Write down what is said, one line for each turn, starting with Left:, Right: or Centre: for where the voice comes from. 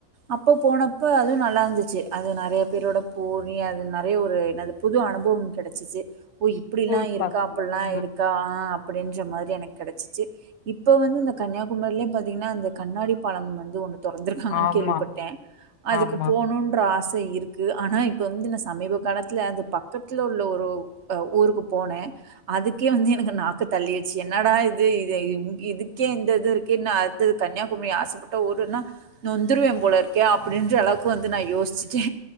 Right: அப்ப போனப்ப அது நல்லாருந்துச்சு அது நெறையா பேரோட போணி அது நெறையா ஒரு என்னது புது அனுபவம் கெடச்சுச்சு ஓ இப்டிலா
Left: ஸ்கூல்
Right: இருக்கா
Left: பசங்க
Right: அப்ட்ல்லா இருக்
Left: ம்
Right: ஆ அப்டின்ற மாரி எனக்கு கெடச்சுச்சு இப்ப வந்து இந்த கன்னியாகுமரியிலயே பாத்தீங்கன்னா இந்த கண்ணாடி பாலம் வந்து ஒன்னு தொறந்துருக்காங்கன்னு
Left: ஆமா
Right: கேள்விப்பட்டே அதுக்கு
Left: ஆமா
Right: போணுன்ற ஆச இருக்கு ஆனா இப்ப வந்து நா சமீப காலத்துல அந்த பக்கத்துல உள்ள ஒரு ஊருக்கு போனே அது க்கே வந்து எனக்கு நாக்கு தள்ளிச்சு என்னாடா இது இது இதுக்கே இந்த இது இருக்கே இன்னோ அடுத்தது கன்னியாகுமரி ஆசப்பட்ட ஊருன்னா நொந்துருவே போலருக்கே அப்டின்ற அளவுக்கு வந்து நா யோசிச்சுட்டே